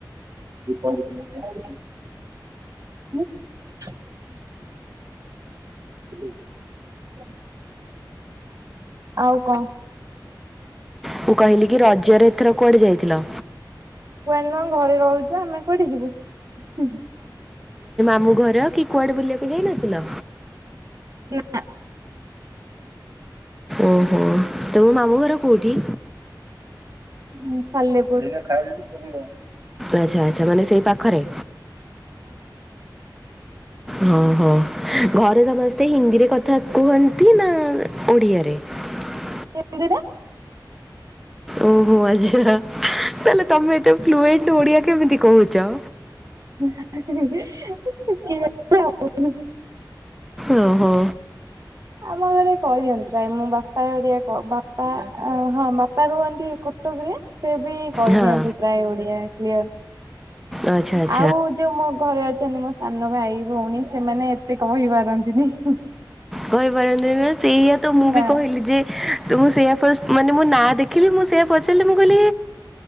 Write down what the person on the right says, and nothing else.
<inaudible> <inaudible> ଆଉ କଣ?
କୁଆଡ଼େ ନୁହଁ ଘରେ ରହୁଛୁ ଆମେ କୁଆଡେ ଯିବୁ ହୁଁ
ନାଁ
ହଁ ସାଲେପୁର <unintelligible>
ହିନ୍ଦୀରେ
<unintelligible> ମୁଁ ଶିଖିଯାଇଛି ଭାବୁଛି
ଆମ ଘରେ କହିଦିଅନ୍ତି ଯାଇ ମୋ ବାପା ଏଆ ବାପା ହଁ ବାପା ରୁହନ୍ତି କଟକରେ ସେ ବି କହିଦିଅନ୍ତି
ପ୍ରାୟ ଓଡ଼ିଆ କ୍ଲିୟର
ଆଉ ଯୋଉ ମୋ ଘରେ ଅଛନ୍ତି ମୋ ସାନ ଭାଇ ଭଉଣୀ ସେମାନେ ଏତେ କହି ପାରନ୍ତିନି ହିଁ
ବା